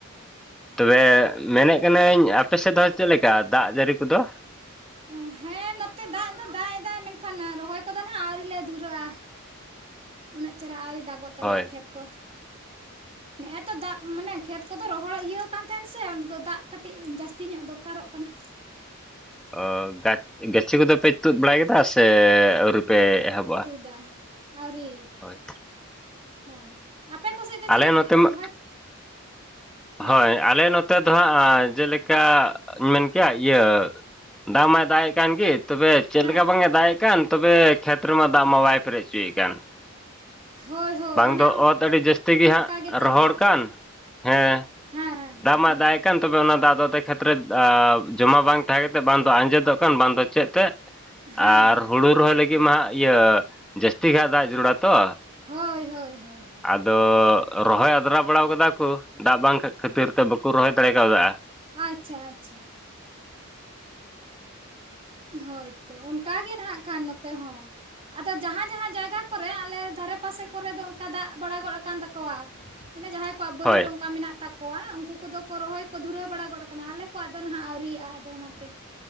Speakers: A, in the centre; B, on the right (about 25°).
A: ᱛᱚᱵᱮ ᱢᱮᱱᱮᱫ ᱠᱟᱹᱱᱟᱹᱧ ᱟᱯᱮ ᱥᱮᱫ ᱫᱚ ᱪᱮᱫ ᱞᱮᱠᱟ ᱫᱟᱜ ᱡᱟᱹᱲᱤ ᱠᱚᱫᱚ
B: ᱚ ᱦᱮᱸ ᱱᱚᱛᱮ ᱫᱟᱜ ᱫᱚ ᱫᱟᱜ ᱮ ᱫᱟᱭ ᱢᱮᱱᱠᱷᱟᱱ ᱨᱚᱦᱚᱭ ᱠᱚᱫᱚ ᱦᱟᱸᱜ ᱟᱹᱣᱨᱤ ᱞᱮ ᱫᱷᱩᱨᱟᱹᱜᱼᱟ᱾ ᱩᱱᱟᱹᱜ ᱪᱮᱨᱟ ᱟᱹᱣᱨᱤ ᱫᱟᱜᱚᱜ ᱛᱟᱞᱮᱭᱟ
A: ᱦᱳᱭ
B: ᱠᱷᱮᱛ ᱠᱚ᱾
A: <unintelligible>
B: ᱱᱮᱜᱼ ᱮ ᱛᱚ ᱫᱟᱜ ᱢᱟᱱᱮ ᱠᱷᱮᱛ ᱠᱚᱫᱚ ᱨᱚᱦᱚᱲ ᱤᱭᱟᱹᱠᱟᱱ ᱛᱟᱦᱮᱱ ᱥᱮ ᱚᱱᱟ ᱫᱚ ᱫᱟᱜ ᱠᱟᱹᱴᱤᱡ ᱡᱟᱹᱥᱛᱤ ᱧᱚᱜ ᱫᱚᱨᱠᱟᱨᱚᱜ ᱠᱟᱱᱟ᱾
A: ᱚ ᱜᱟᱪ ᱜᱟᱹᱪᱷᱤ ᱠᱚᱫᱚ ᱯᱮ ᱛᱩᱫ ᱵᱟᱲᱟᱭ ᱠᱮᱫᱟ ᱥᱮ ᱟᱹᱣᱨᱤ ᱯᱮ ᱮᱦᱚᱵᱟ
B: ᱫᱟ ᱟᱹᱣᱨᱤ
A: ᱦᱳᱭ
B: ᱦᱳᱭ ᱟᱯᱮ ᱠᱚ ᱥᱮᱫ ᱫᱚ
A: ᱟᱞᱮ
B: ᱪᱮᱫ ᱞᱮᱠᱟ
A: ᱱᱚᱛᱮ ᱢᱟ
B: ᱨᱚᱦᱚᱭ ᱦᱮᱸ
A: ᱦᱳᱭ ᱟᱞᱮ ᱱᱚᱛᱮ ᱫᱚ ᱦᱟᱸᱜ ᱡᱮᱞᱮᱠᱟᱧ ᱢᱮᱱ ᱠᱮᱭᱟ ᱤᱭᱟᱹ ᱫᱟᱜ ᱢᱟᱭ ᱫᱟᱜ ᱮᱜ ᱠᱟᱱ ᱜᱮ ᱛᱚᱵᱮ ᱪᱮᱫ
B: ᱦᱮᱸ
A: ᱞᱮᱠᱟ ᱵᱟᱝ ᱮ ᱫᱟᱜ ᱮᱫ ᱠᱟᱱ ᱛᱚᱵᱮ ᱠᱷᱮᱛ ᱨᱮᱢᱟ ᱫᱟᱜ ᱢᱟ ᱵᱟᱭ ᱯᱮᱨᱮᱡ ᱚᱪᱚᱭᱮᱫ ᱠᱟᱱ᱾
B: ᱦᱳᱭ ᱦᱳᱭ
A: ᱵᱟᱝ
B: ᱚᱱᱮ
A: ᱫᱚ ᱚᱛ ᱟᱹᱰᱤ ᱡᱟᱹᱥᱛᱤ ᱜᱮ
B: ᱚᱱᱠᱟ
A: ᱦᱟᱸᱜ
B: ᱜᱮᱛᱚ
A: ᱨᱚᱦᱚᱲ
B: ᱫᱟᱜ
A: ᱠᱟᱱ ᱦᱮᱸ
B: ᱦᱮᱸ ᱦᱮᱸ ᱦᱮᱸ
A: ᱫᱟᱜ ᱢᱟ
B: ᱦᱮᱸ
A: ᱫᱟᱭ ᱦ ᱠᱟᱱ ᱛᱚᱵᱮ ᱚᱱᱟ ᱫᱟᱜ ᱫᱚ ᱠᱷᱮᱛ ᱨᱮ ᱡᱚᱢᱟ ᱵᱟᱝ ᱛᱟᱦᱮᱸ ᱠᱟᱛᱮᱫ ᱵᱟᱝᱫᱚ ᱟᱸᱡᱮᱫᱚᱜ ᱠᱟᱱ ᱵᱟᱝᱫᱚ ᱪᱮᱫ ᱛᱮᱫ
B: ᱦᱮᱸ
A: ᱟᱨ
B: ᱦᱮᱸ
A: ᱦᱩᱲᱩ ᱨᱚᱦᱚᱭ ᱞᱟᱹᱜᱤᱫ ᱢᱟ ᱦᱟᱸᱜ ᱤᱭᱟᱹᱻ ᱡᱟᱹᱥᱛᱤ ᱜᱮ ᱦᱟᱸᱜ ᱫᱟᱜ ᱡᱟᱹᱨᱩᱲᱟ ᱛᱚ
B: ᱦᱳᱭ ᱦᱳᱭ ᱦᱳᱭ ᱦᱳᱭ
A: ᱟᱫᱚ ᱨᱚᱦᱚᱭ ᱟᱫᱨᱟ ᱵᱟᱲᱟᱟᱣ ᱠᱟᱫᱟ ᱠᱚ, ᱫᱟᱜ ᱵᱟᱝᱟᱱ ᱠᱷᱟᱹᱛᱤᱨ ᱛᱮ ᱵᱟᱠᱚ ᱨᱚᱦᱚᱭ ᱫᱟᱲᱮ ᱠᱟᱣᱫᱟ
B: ᱟᱪᱷᱟ ᱟᱪᱷᱟ ᱦᱳᱭ ᱛᱚ ᱚᱱᱠᱟ ᱜᱮ ᱱᱟᱦᱟᱜ ᱠᱷᱟᱱ ᱱᱚᱛᱮ ᱦᱚᱸ ᱟᱫᱚ ᱡᱟᱦᱟᱸ ᱡᱟᱦᱟᱸ ᱡᱟᱭᱜᱟ ᱠᱚᱨᱮ ᱟᱞᱮ ᱫᱷᱟᱨᱮ ᱯᱟᱥᱮ ᱠᱚᱨᱮ ᱫᱚ ᱚᱱᱠᱟ ᱫᱟᱜ ᱵᱟᱲᱟ ᱜᱚᱫ ᱟᱠᱟᱱ ᱛᱟᱠᱚᱣᱟ ᱢᱟᱱᱮ ᱡᱟᱦᱟᱸᱭ ᱠᱚᱣᱟᱜ ᱵᱟᱹᱭᱦᱟᱹᱲ
A: ᱦᱳᱭ
B: ᱚᱱᱠᱟ ᱢᱮᱱᱟᱜ ᱛᱟᱠᱚᱣᱟ ᱠᱚᱣᱟ ᱩᱱᱠᱩ ᱠᱚᱫᱚ ᱠᱚ ᱨᱚᱦᱚᱭ ᱠᱚ ᱫᱷᱩᱨᱟᱹᱣ ᱵᱟᱲᱟ ᱜᱚᱫ ᱠᱟᱱᱟ, ᱟᱞᱮ ᱠᱚᱣᱟᱜ ᱫᱚ ᱱᱟᱦᱟᱜ ᱟᱹᱣᱨᱤᱭᱟᱜᱼᱟ ᱟᱫᱚ ᱚᱱᱟᱛᱮ